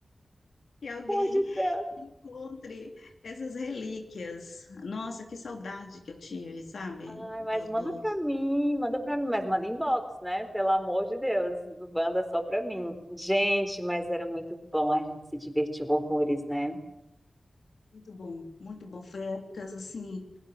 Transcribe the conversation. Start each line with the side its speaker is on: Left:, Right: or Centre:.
Left: que alguém
Centre: pelo amor de Deus.
Left: encontre essas relíquias. Nossa, que saudade que eu tive, sabe?
Centre: Ai,
Left: Dos,
Centre: mas manda
Left: dos-
Centre: pra mim, manda pra mim, mas manda inbox, né? Pelo amor de Deus, manda só pra mim. Gente, mas era muito bom, a gente se divertiu horrores, né?
Left: Muito bom, muito bom. Foi épocas assim